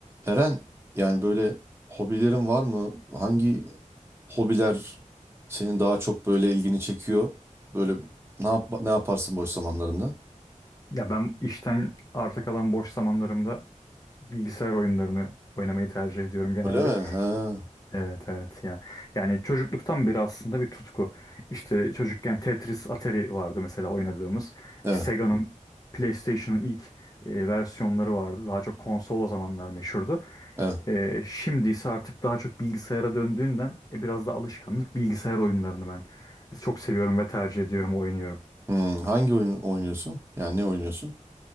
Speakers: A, on the right; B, on the left.
A: Eren yani böyle hobilerin var mı? Hangi hobiler senin daha çok böyle ilgini çekiyor? Böyle ne yap ne yaparsın boş zamanlarında?
B: Ya ben işten arta kalan boş zamanlarımda bilgisayar oyunlarını oynamayı tercih ediyorum genelde.
A: Öyle mi? Ha.
B: Evet evet ya. Yani çocukluktan beri aslında bir tutku. İşte çocukken Tetris, Atari vardı mesela oynadığımız.
A: Evet.
B: E, Sega'nın PlayStation'ın ilk e, versiyonları vardı. Daha çok konsol o zamanlar meşhurdu.
A: Evet.
B: E, şimdi ise artık daha çok bilgisayara döndüğünden e, biraz da alışkanlık bilgisayar oyunlarını ben çok seviyorum ve tercih ediyorum, oynuyorum.
A: Hmm, hangi oyun oynuyorsun? Yani ne oynuyorsun?